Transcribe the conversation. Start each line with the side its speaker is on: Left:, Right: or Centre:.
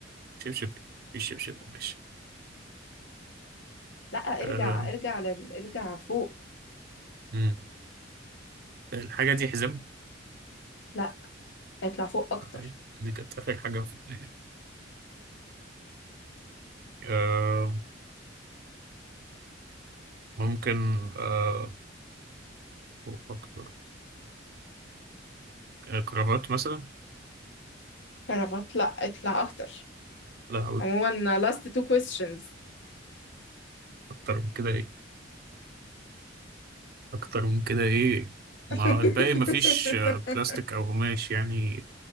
Right: شبشب إيه في شبشب قماش
Left: لا
Right: آه
Left: ارجع ارجع لل... ارجع فوق
Right: أمم، الحاجة دي حزام
Left: لا اطلع فوق اكتر
Right: آه، دي كانت آخر حاجة في دماغي آه ممكن آه أفكر. آه، كرافات مثلا
Left: عرفت لا اطلع اكتر
Right: لا
Left: عموما last two questions
Right: اكتر من كده ايه اكتر من كده ايه ما
Left: <laughs>
Right: الباقي مفيش آه، بلاستيك او قماش يعني